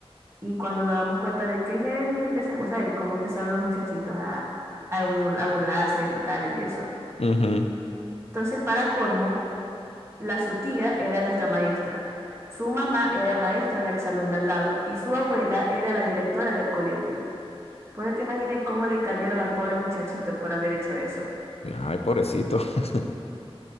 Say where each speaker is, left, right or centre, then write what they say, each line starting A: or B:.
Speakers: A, on the right (about 25°); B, on the left (about 80°).
A: Y cuando nos damos cuenta de que es él, empezó, o sea, de cómo empezaron los muchachitos a, a bur- a burlarse, a gritarle y eso.
B: Ujú.
A: Entonces, para colmo, la su tía era nuestra maestra. Su mamá era maestra en el salón de al lado y su abuela era la directora del colegio. Pues ya te imaginas cómo le cayeron al pobre muchachito por haber hecho eso.
B: Ay, pobrecito. <laughs>